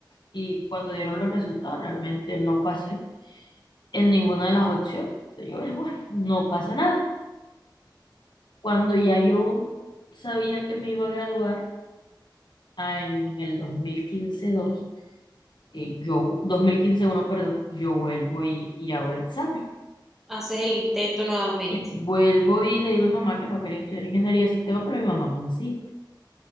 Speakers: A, on the left; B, in the centre.
A: y cuando dieron los resultados realmente no pasé en ninguna de las opciones. Yo dije, bueno, no pasa nada. Cuando ya yo sabía que me iba a graduar ah, en el 2015-2, eh, yo, dos mil quince uno, perdón, yo vuelvo y, y hago el examen.
B: haces el intento nuevamente.
A: Y vuelvo y le digo a mi mamá que no quería estudiar ingeniería de sistemas, pero mi mamá me insiste,